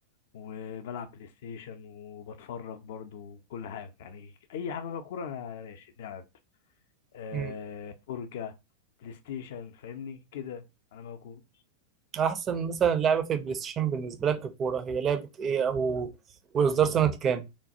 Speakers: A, on the left (about 55°); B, on the right (about 25°).
A: وبلعب بلاي ستيشن وبتفرج برضو كل حاجة يعني أي حاجة فيها كورة أنا ماشي لعب آه،
B: امم
A: فرجة بلاي ستيشن فاهمني كده أنا موجود
B: احسن مثلا لعبة في البلاي ستيشن بالنسبة لك ككورة هي لعبة ايه او واصدار سنة كام